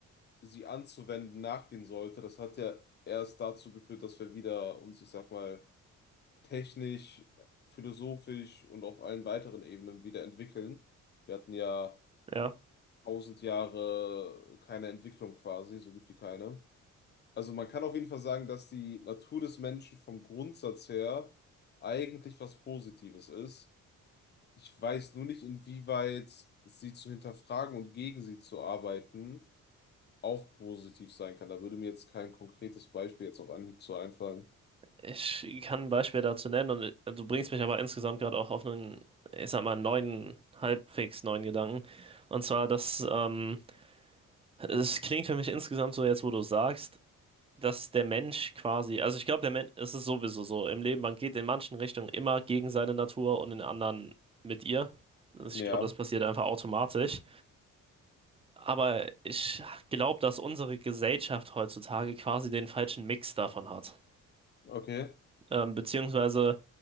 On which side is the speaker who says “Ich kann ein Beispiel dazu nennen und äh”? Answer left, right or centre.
Right